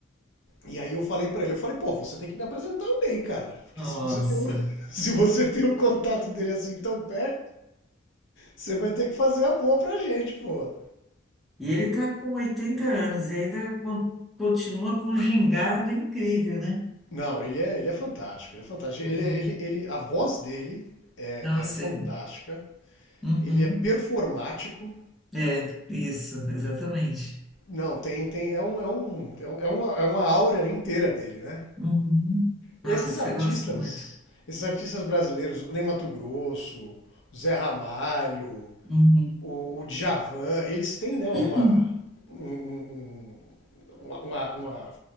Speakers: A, on the left; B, in the centre.
A: E aí eu falei pra ele, eu falei, pô, você tem que me apresentar o Ney, cara. Porque
B: Nossa.
A: se você tem o, <laughs> se você tem o contato dele assim tão perto, Você vai ter que fazer a boa pra gente, pô.
B: E ele está com 80 anos e ainda con- continua com um gingado incrível, né?
A: Não, ele é, ele é fantástico, ele é fantástico.
B: Uhum.
A: Ele, ele, ele, a voz dele é,
B: Nossa,
A: é fantástica.
B: é. Uhum.
A: Ele é performático.
B: É, isso, exatamente.
A: Não, tem, tem, é um, é um, é um- é uma, é uma aura inteira dele, né?
B: Uhum.
A: Esses
B: Nossa,
A: artistas,
B: eu gosto muito.
A: esses artistas brasileiros, o Ney Matogrosso, o Zé Ramalho,
B: Uhum.
A: o, o Djavan, eles têm, né, uma,
B: <clears throat>
A: um- um- um, uma, uma- uma-